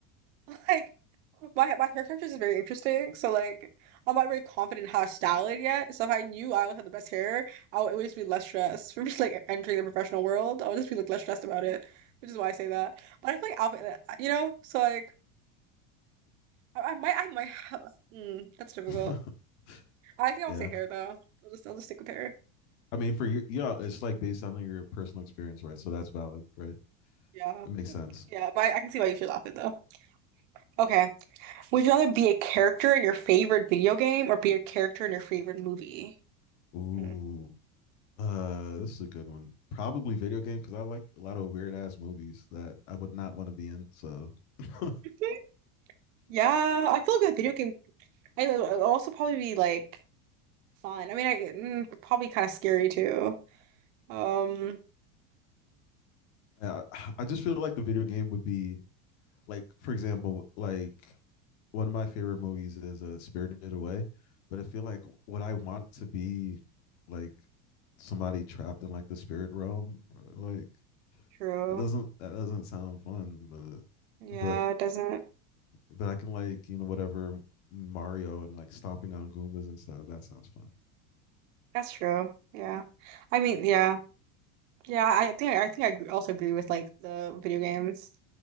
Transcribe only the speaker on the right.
<laughs> like my my hair texture is very interesting. So like, I'm not very confident in how to style it yet. So if I knew I would have the best hair, I would, it would just be less stressed <laughs> from just like entering the professional world. I would just be like less stressed about it, which is why I say that. But I feel like outfit, you know, so like, I, I might, I might, <laughs> mm, that's difficult.
I think I'll
say hair though. I'll just, I'll just stick with hair.
Yeah.
Yeah, but I, I can see why you should laugh at though. Okay. Would you rather be a character in your favorite video game or be a character in your favorite movie?
Hmm.
Mhm. Yeah, I feel like with a video game, I would it'd also probably be like fun. I mean, I mm, probably kind of scary too. Um,
true.
Yeah,
it doesn't.
That's true. Yeah. I mean, yeah, yeah. I think I think I agree- also agree with like the video games.